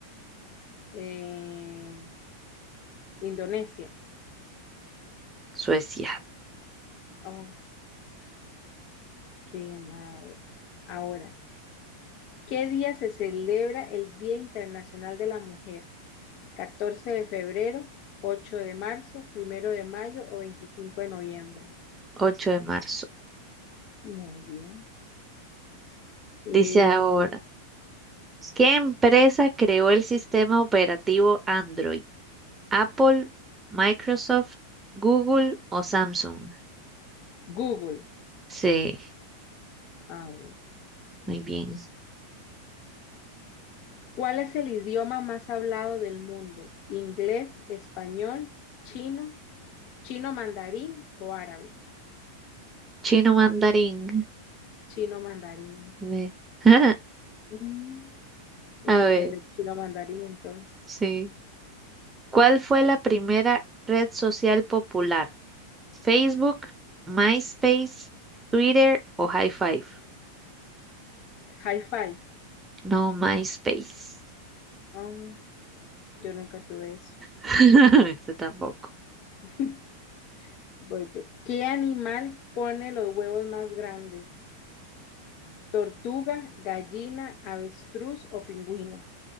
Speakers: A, on the left; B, on the right.
A: Eh, Indonesia.
B: Suecia,
A: Oh, qué madre. Ahora. ¿Qué día se celebra el Día Internacional de la Mujer? Catorce de febrero, 8 de marzo, primero de mayo o 25 de noviembre?
B: 8 de marzo.
A: Muy bien. Y
B: Dice ahora, ¿qué empresa creó el sistema operativo Android? ¿Apple, Microsoft, Google o Samsung?
A: Google,
B: Sí,
A: a ver.
B: muy bien.
A: ¿Cuál es el idioma más hablado del mundo? ¿Inglés, español, chino, chino mandarín o árabe?
B: Chino mandarín.
A: Chino mandarín.
B: Ve. <laughs>
A: Mm, hay
B: A
A: que
B: ver,
A: aprender chino mandarín entonces.
B: sí. ¿Cuál fue la primera red social popular? ¿Facebook, MySpace, Twitter o High Five?
A: High five.
B: No, MySpace.
A: Ah, yo nunca tuve eso.
B: <laughs> Yo tampoco.
A: <laughs> Voy yo. ¿Qué animal pone los huevos más grandes? ¿Tortuga, gallina, avestruz o pingüino?